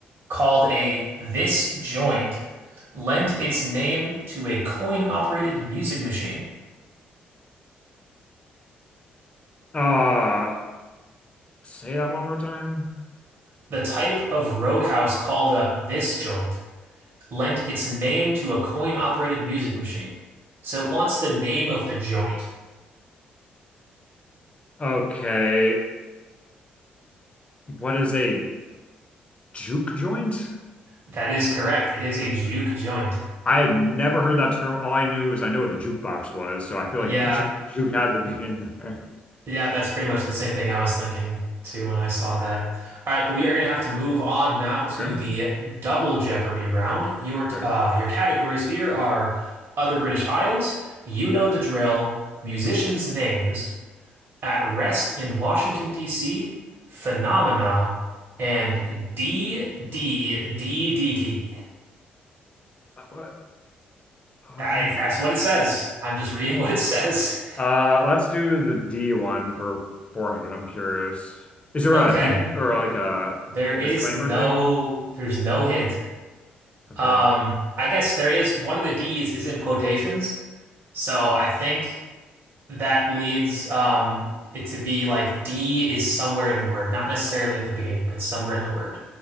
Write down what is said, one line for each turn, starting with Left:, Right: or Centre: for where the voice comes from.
Right: called a this joint lent its name to a coin-operated music machine.
Left: Uh, say that one more time.
Right: The type of roadhouse called a this joint lent its name to a coin-operated music machine. So it wants the name of the joint.
Left: Okay. What is a juke joint?
Right: That is correct. It is a
Left: Okay.
Right: juke joint.
Left: I had never heard that term. All I knew is I know what a jukebox was, so I feel
Right: Yeah,
Left: like juke, juke had to be in there.
Right: yeah, that's pretty much the same thing I was thinking too when I saw that. All right, but we are going to have to move on now to
Left: Okay,
Right: the double Jeopardy round. Your t-
Left: great.
Right: uh, your categories here are other British Isles, you know the drill, musicians' names, At Rest in Washington, D.C., Phenomena, and d d d d D.
Left: Uh, What, what?
Right: That, that's what it says. I'm just reading <laughs> what it says.
Left: Uh, let's do the D one for 400. I'm curious. Is there
Right: Okay.
Left: a hint or like a
Right: There is
Left: disclaimer
Right: no
Left: thing?
Right: there's no hint.
Left: Okay.
Right: Um, I guess there is one of the D's is in quotations, so I think that leads um it to be like D is somewhere in the word, not necessarily at the beginning, but it's somewhere in the word.